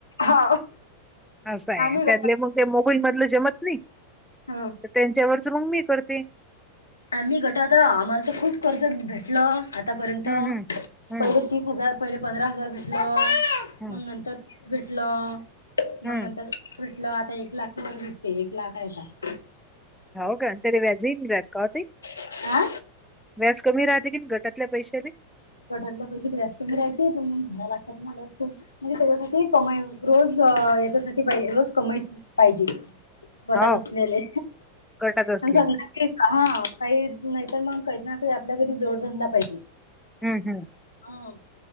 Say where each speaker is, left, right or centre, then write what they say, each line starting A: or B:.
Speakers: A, on the left; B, in the centre.
A: हा
B: असं आहे
A: आम्ही क.
B: त्यातले मग ते मोबाईल मधले जमत नाही.
A: हा.
B: त्यांच्यावरच रुगमी करते.
A: आम्ही गट आता आम्हाला तर खूप कर्ज भेटलं आतापर्यंत
B: हम् हम्. हम्म
A: पहिले तीस हजार. पहिले पंधरा हजार भेटल मग
B: हम्म
A: नंतर तीस भेटल मग
B: हम्म
A: नंतर. भेटल आता एक लाख वर भेटते एक लाख आहे का.
B: हो कांत रेव्या अजीन रात कावते <inaudible>
A: आता आ
B: व्याज कमी राहते की ग घटातल्या पैशाने.
A: कटररीला पैसे ब व्यास कमी रायचे पण मण भराय लागतात ना. खूप म्हणजे त्याच्यासाठी कमाई रोज याच्यासाठी रोज कमाईच पाहिजे. पोटात
B: हो
A: असलेले
B: गटात असलेले
A: आ सांगणार. हा काही नाहीतर मग काहीत ना काही आपल्या घरी जोडधंदा पाहिजे.
B: हम्म हम्.
A: हम